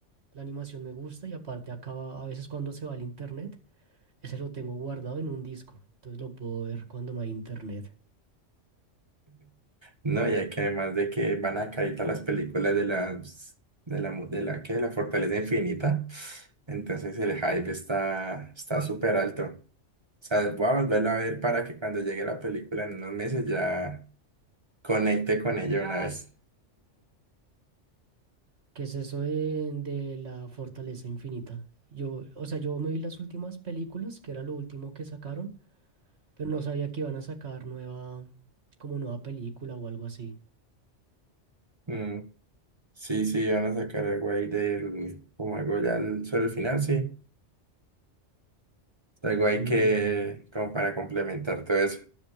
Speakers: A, on the right; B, on the right.
A: La animación me gusta y aparte acaba a veces cuando se va al internet. Ese lo tengo guardado en un disco, entonces lo puedo ver cuando no hay internet.
B: No, y hay que además de que van a caer todas las películas de las, de la, mu- de la, ¿qué? De la Fortaleza Infinita. Entonces el hype está, está súper alto. O sea, voy a volverla a ver para que cuando llegue la película en unos meses ya conecte con ella una vez.
A: ¿Qué es eso de, de la Fortaleza Infinita? Yo, o sea, yo me vi las últimas películas, que era lo último que sacaron, pero no sabía que iban a sacar nueva, como nueva película o algo así.
B: Mm, Sí, sí, van a sacar algo ahí del, como algo ya el- sobre el final, sí. Algo ahí
A: Mm,
B: que,
A: bueno,
B: como para complementar todo eso.